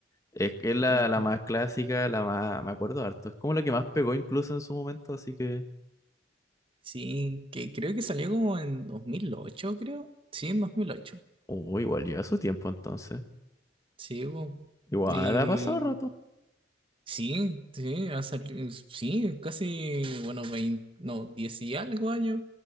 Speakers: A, on the left (about 15°); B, on the right (about 25°).
A: Es que es la,
B: Que
A: la
B: cu-
A: más clásica, la más, me acuerdo harto. Es como la que más pegó incluso en su momento, así que...
B: sí, que creo que salió como en 2008, creo. Sí, en 2008.
A: Oh, igual lleva su tiempo entonces.
B: Sí, po.
A: Igual
B: Y
A: ha pasado rato.
B: sí, sí, ha sali- sí, casi, bueno, 20. no, 10 y algo años,